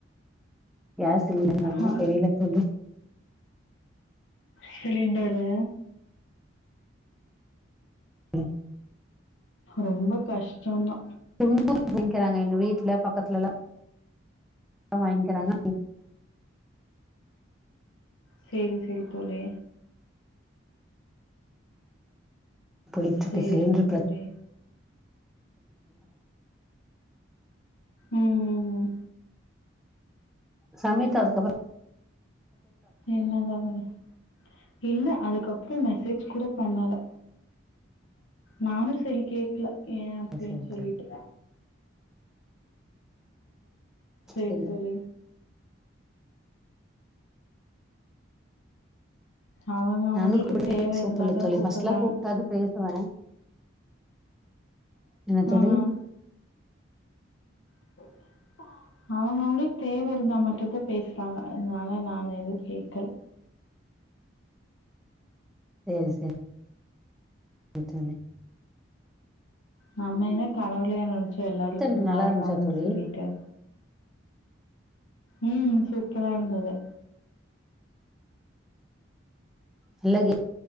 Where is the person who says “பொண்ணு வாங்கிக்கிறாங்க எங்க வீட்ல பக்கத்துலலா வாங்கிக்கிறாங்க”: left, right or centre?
Centre